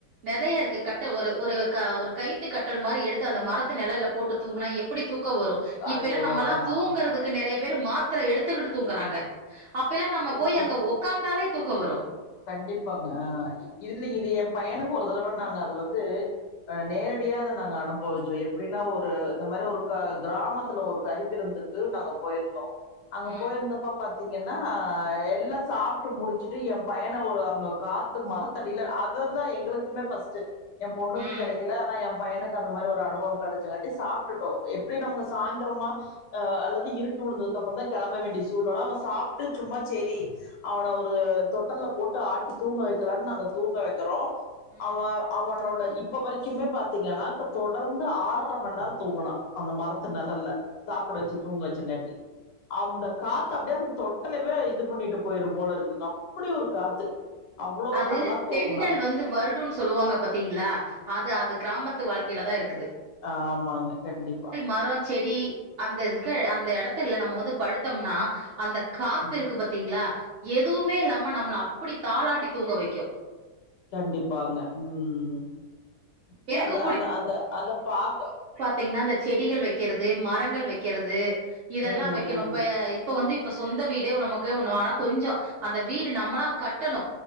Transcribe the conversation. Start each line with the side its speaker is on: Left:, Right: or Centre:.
Right: நெறையா இருக்கு கட்ட ஒரு ஒரு க ஒரு கைத்து கட்டல் மாரி எடுத்து அந்த மரத்து நெழல்ல போட்டு தூங்குனா எப் எப்டி தூக்கோ வரு இப்பெல்லா
Left: ஐயோ
Right: நம்மலா
Left: ஆமா
Right: க்குறதுக்கு நெறையா பேர் மாத்தர எடுத்துக்குட்டு தூங்குறாங்க அப்பெல்லா நம்ம
Left: தூக்க
Right: போய் அங்க ஒக் க்காந்தாலே தூக்கோ வரு
Left: கண்டிப்பாங்க ஆ இல்லிங்க இது ஏ பையனுக்கு ஒரு தடவ நாங்க அது வந்து ஆ நேரடியா அத நாங்க அனுபவிச்சோ எப்டின்னா ஒரு இந்த மாரி ஒரு க க்ராமத்துல ஒரு கரி விருந்து து நாங்க போயிருந்தோ அங்க
Right: ம்,
Left: போயிருந்தப்ப பாத்தீங்கன்னா எல்லா சாப்ட்டு முடிச்சுட்டு ஏ பயண ஒரு அங்க காத்து மரத்தடியில அதுதா எங்களுக்குமே ஃபஸ்ட்டு ஏ பொண்ணுக்கு
Right: ம்,
Left: கெடைக்கல ஆனா ஏ பையனுக்கு அந் அந்த மாரி ஒரு அனுபவோ கெடச்சங்காட்டி சாப்ட்டுட்டோ எப்டி நமக்கு சாயினந்த ரோறமா அ அல்லது இருட்டு உழுந்ததுகப்பறந்தா கெளம்ப வேண்டிய சூழ்நல அவே சாப்ட்டு சும்மா செரி அவன ஒரு தொட்டல்ல போட்டு ஆட்டி தூங்க வக்கலான்னு நாங்க தூங்க வெக்கிறோ
Right: ம்.
Left: அவன் அவனோட இப்ப வரைக்குமே பாத்தீங்கன்னா தொ தொடர்ந்து ஆர்ற மண்நேரோ தூங்குனா அந்த மரத்து நெழல்ல சாப்ட வச்சு தூங்க வச்சுங்காட்டி அந்த காத்து அப்டியே அந்த தொட்டலவே இது பண்ணிட்டு போயிரும் போல இருக்குங்க அப் ப்டி ஒரு காத்து அவ்ளோ
Right: அது
Left: நல்லா தூங்குனா
Right: தென்றல் வந்து வருடுன் சொல்லுவாங்க பாத்தீங்களா அது அது கிராமத்து வாழ்க்கைலதா இருக்குது
Left: ஆமாங்க கண்டிப்பா
Right: மரொ செடி அந்த இதுக்கு அந்த எடத்துல நம்ம வந்து படுத்தொம்னா அந்த காத்துருக்கு
Left: ம்
Right: பாத்தீங்களா எதுவுமே இல்லாம நம்மள அப்டி தாலாட்டி தூங்க வைக்கு
Left: கண்டிப்பாங்க ம் இல்ல
Right: எனக்கு
Left: அந்த அந்த அந்த அத பாக்க
Right: தீங்கன்னா இந்த செடிகள் வெக்கறது மரங்கள் வெக்கறது இதெல்லா
Left: ம்
Right: வெக்கணு
Left: ம்
Right: ப இப்ப வந்து இப்ப சொந்த வீடே நமக்கு ஒன்னு வாங்னா கொஞ்சோ அந்த வீடு நம்மளா கட்டணு